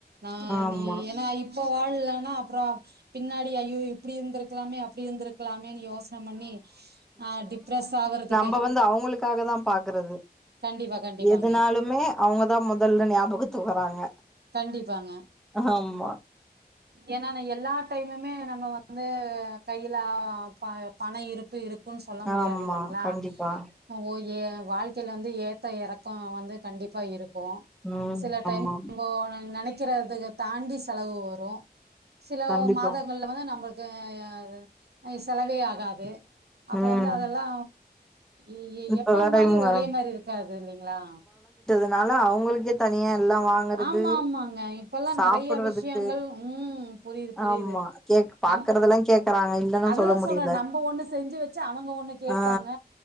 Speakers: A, on the right; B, in the centre.
A: நா
B: ஆமா
A: நீ ஏன்னா இப் இப்போ வாழ்லனா அப்புறோ பின்னாடி ஐயோ இப்பிடி இருந்திருகலாமே அப்பிடி இருந்திருகலாமே யோசன பண்ணி ஆ டிப்ரஸ் ஆவுறதுக்
B: ப வந்து அவங்களுக்காகதா பாக்கறது.
A: கண்டிப்பா கண்டிப்பாங்க
B: எதுனாலுமே அவுங்கதா மொதல்ல ஞாபகத்துக்கு வராங்க.
A: கண்டிப்பாங்க
B: ஆமா
A: ஏன்னா நா எல்லா டை முமே நம்ம வந்து கைல ப பணோ இருப்பு இரு க்குன்னு சொல்ல முடியாது
B: ஆமா
A: இல்லைங்களா
B: கண்டிப்பா
A: ஒ ஓ யே வாழ்க்கைல வந்து ஏத்தோ எறக்கோ வந்து கண்டிப்பா இரு க்கு
B: ம்
A: சில டைம்
B: ஆமா
A: ப்போ நா நெனைக்கிற இதுக தாண்டி செலவு வரு சில
B: கண்டிப்பா
A: மாதங்கள்ல வந்து நம்மள் து யா இது ஆ இது செலவே ஆகாது அப்ப
B: ம்
A: வந்து அதெல்லா எ எ
B: இப்ப
A: எப்பவு
B: வேற
A: மாரி
B: இவங்க
A: ஒரே மாரி இருக்காது இல்லைங்களா
B: தால அவங்களுக்கே தனியா எல்லா வாங்கறது
A: ஆமா ஆமாங்க இப்பல்லா
B: சாப்புடுறதுக்கு
A: நெறைய விஷயங்கள் ம் புரியுது புரியுது
B: ஆமா கேக் பாக்குறதெல்லா
A: நம்
B: கேக்குறாங்க இல்லன்னா
A: அதுதா
B: சொல்ல முடியல
A: சொல்றே நம்ப ஒண்ணு செஞ்சு வச்சா அவங்க ஒண்ணு கேப்பாங்க
B: ஆ